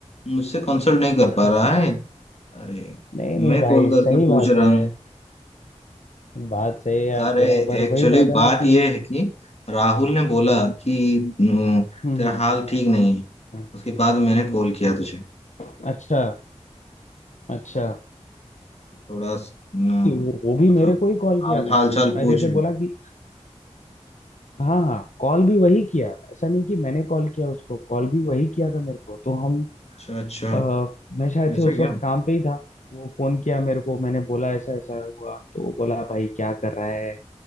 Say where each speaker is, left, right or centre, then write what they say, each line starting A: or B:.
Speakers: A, on the left; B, on the left.
A: मुझसे कंसल्ट नहीं कर
B: <laughs>
A: पा रहा है अरे
B: नहीं नहीं
A: मैं
B: भाई
A: कॉल करके
B: सही
A: पूछ
B: बात
A: रहा
B: है
A: हूँ
B: बात सही है यार
A: अरे
B: तेरा पर
A: एक्चुअली
B: वही बात है
A: बात
B: ना कि
A: यह है कि राहुल ने बोला कि न,
B: हम्म
A: तेरा
B: हम्म,
A: हाल ठीक नहीं है
B: हम्म।
A: उसके बाद मैंने कॉल किया तुझे
B: अच्छा अच्छा
A: थोड़ा स- न,
B: वो, वो भी
A: मतलब
B: मेरे को ही कॉल
A: हाल
B: किया था
A: हाल चाल
B: मैं
A: पूछ
B: जैसे
A: लूँ
B: बोला कि हाँ हाँ कॉल भी वही किया ऐसा नहीं कि मैंने कॉल किया उसको कॉल भी वही किया था मेरे को तो हम
A: अच्छा अच्छा
B: अ, मैं शायद
A: ऐसा
B: से उस
A: क्या
B: वक्त काम पे ही था वो फोन किया मेरे को मैंने बोला ऐसा ऐसा हुआ तो वो बोला भाई क्या कर रहा है